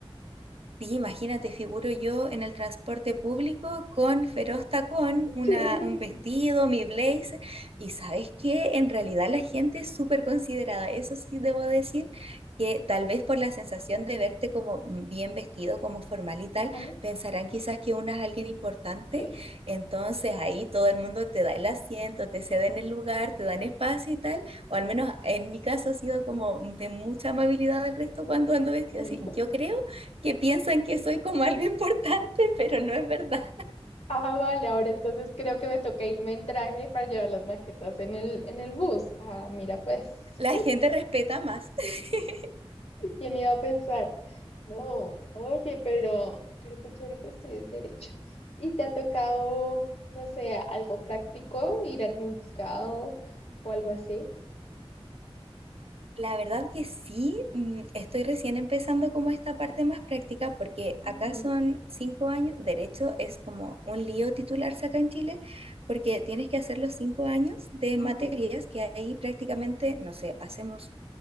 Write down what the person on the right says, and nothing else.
Sí, imagínate, figuro yo en el transporte público con feroz tacón, una,
un vestido, mi blazer. Y sabes que en realidad la gente es súper considerada. Eso sí debo decir que tal vez por la sensación de verte como bien vestido, como formal y tal,
pensarán quizás que uno es alguien importante.
Entonces ahí todo el mundo te da el asiento, te ceden el lugar, te dan espacio y tal. O al menos en mi caso ha sido como
de mucha amabilidad del resto cuando ando vestido
así. Yo creo que piensan que soy como algo <laughs> importante, pero no es verdad.
La gente respeta más. <laughs>
La verdad que sí, mm, estoy recién empezando como esta parte más práctica porque acá
son cinco años, derecho es como un lío titularse acá en Chile porque tienes que hacer los cinco años de
materias que ahí prácticamente, no sé, hacemos